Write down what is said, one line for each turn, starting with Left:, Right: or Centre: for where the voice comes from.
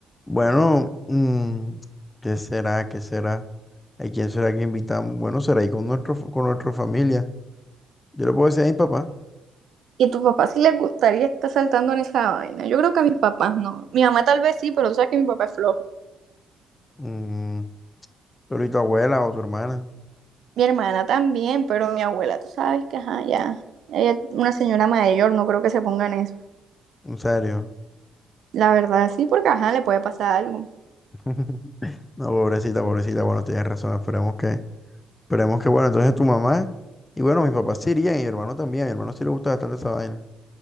Left: Bueno, mm, ¿qué será? ¿Qué será? ¿A quién será que invitamos? Bueno, será ahí con nuestro, con nuestra familia. Yo le puedo decir a mi papá,
Right: ¿Y tu papá sí les gustaría estar saltando en esa vaina? Yo creo que a mis papás no. Mi mamá tal vez sí, pero tú sabes que mi papá es flojo.
Left: mm, pero ¿y tu abuela o tu hermana?
Right: Mi hermana también, pero mi abuela, tú sabes que, ajá, ya. Ella es una señora mayor, no creo que se pongan eso.
Left: En serio.
Right: La verdad sí, porque, ajá, le puede pasar algo.
Left: <laughs> No, pobrecita, pobrecita, bueno, tienes razón, esperemos que, esperemos que, bueno, entonces tu mamá, y bueno, mis papás sí irían, y mi hermano también, a mi hermano sí le gusta bastante esa vaina.